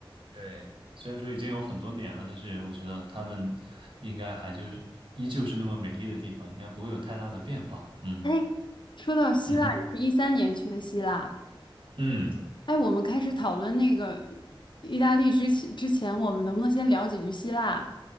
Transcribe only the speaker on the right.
对，虽然说已经有很多年了，但是我觉得他们应该还就是依旧是那么美丽的地方，应该不会有太大的变化，嗯。
嗯哼，
嗯，